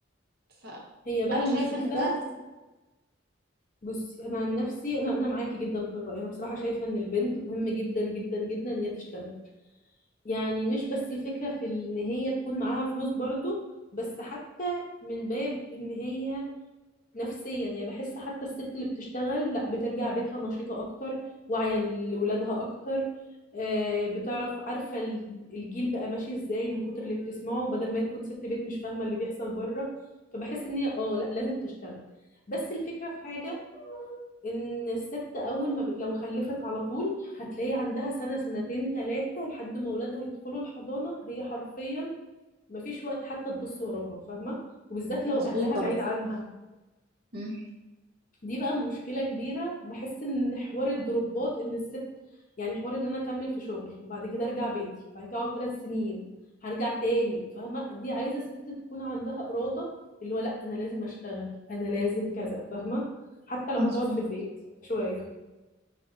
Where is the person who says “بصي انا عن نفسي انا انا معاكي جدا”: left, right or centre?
Left